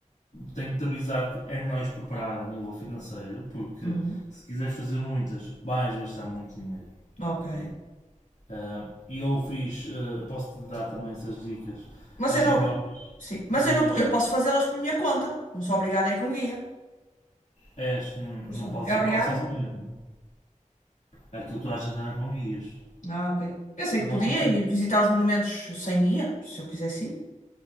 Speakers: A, on the left; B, on the left.
A: Tenho-te a avisar que é melhor ires preparado a nível financeiro, porque
B: Uhum.
A: se quiseres fazer muitas, vais gastar muito dinheiro,
B: Ok.
A: ok? Ah, E eu fiz, ah, posso-te dar também essas dicas,
B: Mas
A: as
B: eu
A: melhores,
B: não. Sim.
A: dizes,
B: Mas eu não. Eu posso fazê-las por minha conta. Não sou obrigada a ir com guia.
A: és, não não
B: Porção.
A: podes
B: É
A: ir
B: obrigado?
A: para lá sozinho, não é? Aquilo toda a gente anda com guias.
B: Ah, ok. Pensei
A: Não,
B: que podia
A: fico-
B: ir visitar os monumentos sem guia, se eu quisesse ir.